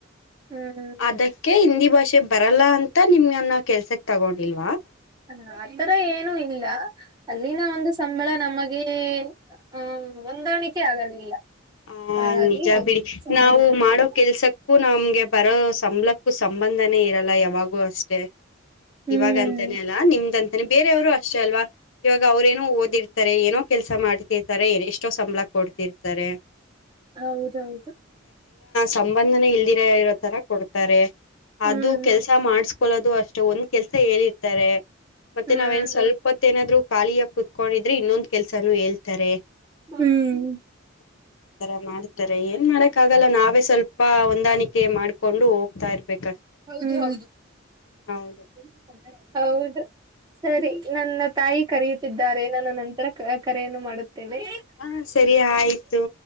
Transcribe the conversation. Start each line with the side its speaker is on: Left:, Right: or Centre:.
Right: ಹ್ಮ್
Left: ಅದಕ್ಕೆ ಇ <unintelligible> <unintelligible> ಬರಲ್ಲ ಅಂತ ನಿಮ್ನ್ನ ಕೆಲ್ಸಕ್ ತಗೊಂಡಿಲ್ <unintelligible>
Right: ಹ ಆತರ ಏನು ಇಲ್ಲ ಅಲ್ಲಿನ ಒಂದು ಸಂಬಳ ನಮಗೆ ಹ್ಮ್ ಒಂದಾಣಿಕೆ ಆಗಲಿಲ್ಲ
Left: ಹ
Right: ಹಾಗಾಗಿ
Left: ನಿಜ ಬಿಡಿ
Right: ಸುಮ್ಮನೆ
Left: ನಾವು
Right: ಬಂದ್ವಿ
Left: ಮಾಡೋ ಕೆಲ್ಸಕ್ಕೂ ನಮ್ಗೆ ಬರೋ ಸಂಬಲಕ್ಕೂ ಸಂಬಂಧನೇ ಇರಲ್ಲ ಯಾವಾಗೂ ಅಷ್ಟೇ
Right: ಹ್ಮ್
Left: ಇವಾಗಂತನ ಅಲ್ಲಾ ನಿಮ್ದಂತ <unintelligible> ಬೇರೆಯವ್ರು ಅಷ್ಟೇ ಅಲ್ವಾ ಇವಾಗ ಅವ್ರೇಏನೋ ಓದಿರ್ತಾರೆ ಏನೋ ಕೆಲಸ ಮಾಡ್ತಿರ್ತಾರೆ ಎಷ್ಟ <unintelligible> ಎಷ್ಟೋ ಸಂಬಳ ಕೊಡ್ತಿರ್ತಾರೆ
Right: ಹೌದೌದು
Left: ಸಂಬಂಧನ ಇಲ್ದಿರ ಇರೋ ತರ ಕೊಡ್ತಾರೆ
Right: ಹ್ಮ್
Left: ಅದು ಕೆಲ್ಸ ಮಾಡ್ <unintelligible> <unintelligible> ಕೊಳ್ಳೋದು ಅಷ್ಟೆ ಒಂದ್ ಕೆಲ್ಸ ಹೇಳಿರ್ತಾರೆ ಮತ್ತೆ
Right: ಹ್ಮ್
Left: ನಾವ್ಏನ್ ಸ್ವಲ್ಪತ್ ಏನಾದ್ರು ಖಾಲಿಯ ಕುತ್ಕೊಂಡಿದ್ರೆ ಇನ್ನೊಂದ ಕೆಲ್ಸಾನು ಹೇಳ್ತಾರೆ <inaudible>
Right: ಹ್ಮ್
Left: ಆತರ ಮಾಡ್ತಾರೆ ಏನ್ ಮಾಡಕ್ ಆಗಲ್ಲ ನಾವೇ ಸ್ವಲ್ಪ ಹೊಂದಾಣಿಕೆ ಮಾಡ್ಕೊಂಡು ಹೋಗ್ತಾ ಇರ್ಬೇಕು
Right: ಹೌ ಹೌದು
Left: ಹೌದು
Right: <unintelligible> ಹೌದು ಸರಿ ನನ್ನ ತಾಯಿ ಕರೆಯುತ್ತಿದ್ದಾರೆ ನಾನು ನಂತರ ಕರೆಯನ್ನು ಮಾಡುತ್ತೇನೆ
Left: ಹ ಸರಿ ಆಯ್ತು